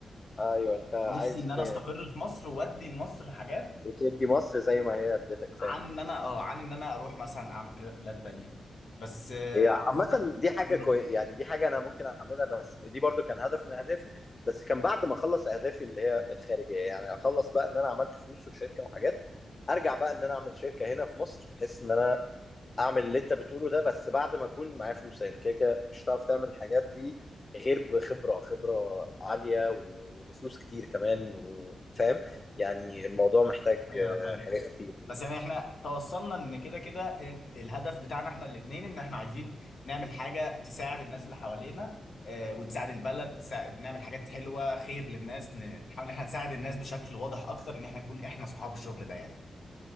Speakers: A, on the left; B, on the left.
A: ايوه انت عايز
B: نفسي ان انا
A: ت-
B: استقر في مصر وادي لمصر حاجات
A: تدي مصر زي ما هي اديتك فاهم
B: عن ان انا اه عن ان انا اروح مثلا اعمل كده في بلاد تانية بس آه،
A: هي
B: عامة
A: عامة دي حاجة
B: مم.
A: كوي... يعني دي حاجة أنا ممكن أعملها بس دي برضو كان هدف من أهدافي بس كان بعد ما أخلص أهدافي اللي هي الخارجية يعني أخلص بقى إن أنا عملت فلوس وشركة وحاجات أرجع بقى إن أنا أعمل شركة هنا في مصر بحيث إن أنا أعمل اللي أنت بتقوله ده بس بعد ما أكون معايا فلوس يعني كده كده مش هتعرف تعمل الحاجات دي غير بخبرة خبرة عالية و... وبفلوس كتير كمان و- فاهم يعني الموضوع محتاج
B: ايوه
A: آه،
B: فاهم
A: حاجات كتير
B: بس يعني احنا توصلنا ان كده كده الهدف بتاعنا احنا الاثنين ان احنا عايزين نعمل حاجة تساعد الناس اللي حوالينا آه، وتساعد البلد تساعد نعمل حاجات حلوة خير للناس ن- نحاول ان احنا نساعد الناس بشكل واضح اكتر ان احنا نكون احنا صحاب الشغل ده يعني